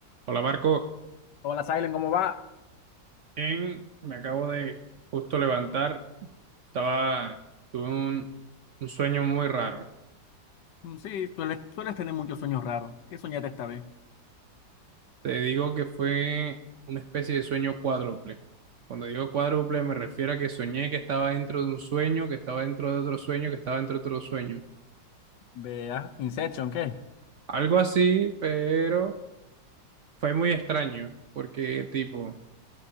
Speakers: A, on the right; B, on the left.
A: Hola Marco,
B: Hola, Silent, ¿cómo va?
A: bien, me acabo de justo levantar, estaba, tuve un, un sueño muy raro.
B: Mm, Sí, sueles, sueles tener muchos sueños raros. ¿Qué soñaste esta vez?
A: Te digo que fue una especie de sueño cuádruple. Cuando digo cuádruple me refiero a que soñé que estaba dentro de un sueño, que estaba dentro de otro sueño, que estaba dentro de otro sueño.
B: Vea, Inception, ¿qué?
A: Algo así, pero fue muy extraño, porque tipo,